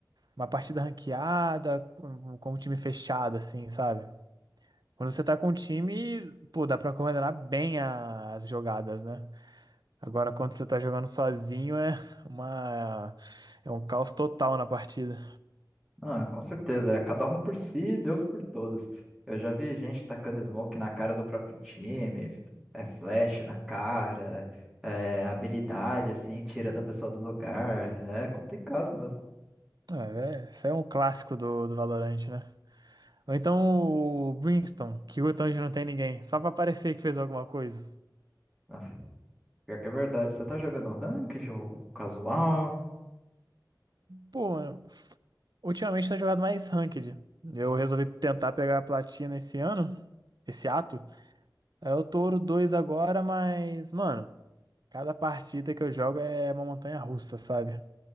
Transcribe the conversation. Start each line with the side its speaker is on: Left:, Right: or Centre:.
Right: uma partida ranqueada com, com um time fechado, assim, sabe? Quando você tá com um time, pô, dá pra coordenar bem a- as jogadas, né? Agora, quando você tá jogando sozinho, é uma, é um caos total na partida.
Centre: Ah, com certeza. É cada um por si, Deus por todos. Eu já vi gente tacando smoke na cara do próprio time, é flash na cara, é habilidade assim, tirando a pessoa do lugar. É complicado mesmo.
Right: É, é- isso aí é um clássico do, do Valorant, né? Ou então o Brimstone, que o onde não tem ninguém, só pra parecer que fez alguma coisa.
Centre: Ah, Pior que é verdade. Você tá jogando ranked ou casual?
Right: Pô, mano, ultimamente tenho jogado mais Ranked. Eu resolvi tentar pegar a platina esse ano, esse ato. Aí eu tô ouro 2 agora, mas, mano. Cada partida que eu jogo é uma montanha russa, sabe?